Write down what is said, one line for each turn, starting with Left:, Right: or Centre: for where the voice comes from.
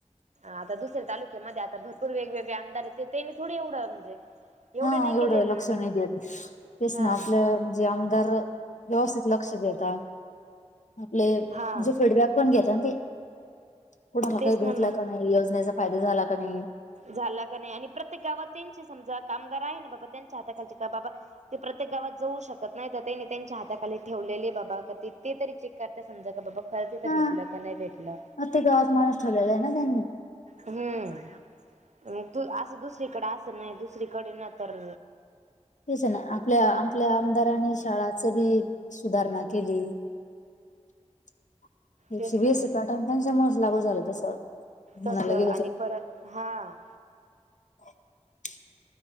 Right: आता दुसऱ्या तालुक्यामध्ये आता भरपूर वेगवेगळे आमदार आहे, ते तेनी थोडी एवढं म्हणजे एवढे
Left: हा
Right: नाही
Left: हा एवढं
Right: केलेले
Left: लक्ष
Right: ना
Left: नाही देत तेच
Right: हा
Left: ना आपलं म्हणजे आमदार व्यवस्थित लक्ष देता आपले म्हणजे
Right: हा
Left: फिडबॅक पण घेता ते कुणाला
Right: तेच
Left: काही भेटलं
Right: ना मग
Left: का नाही? योजनेचा फायदा झाला का नाही?
Right: झाला का नाही? आणि प्रत्येक गावात त्यांचे समजा कामगार आहे ना, बाबा त्यांच्या हाताखालचे का बाबा ते प्रत्येक गावात जाऊ शकत नाही, तर तेने त्यांच्या हाताखाली ठेवलेले बाबा की ते तरी चे क करता समजा का बाबा खरंच इथं
Left: हा
Right: भेटलं का नाही भेटलं?
Left: प्रत्येक गावात माणूस ठेवलेला आहे ना त्यांनी
Right: हम्म. मग तू असं दुसरीकडे असं नाही दुसरीकडे ना तर
Left: तेच ना आपल्या आपल्या आमदारांनी शाळाचं बी सुधारणा केली. <inaudible> हे
Right: तेच
Left: सि
Right: ना
Left: बि यस
Right: मग
Left: सी पॅटर्न त्यांच्यामुळेचं लागू झालं तसं म्हणायला
Right: तसं
Left: गेलं
Right: आणि
Left: तर.
Right: परत हां.
Left: <inaudible>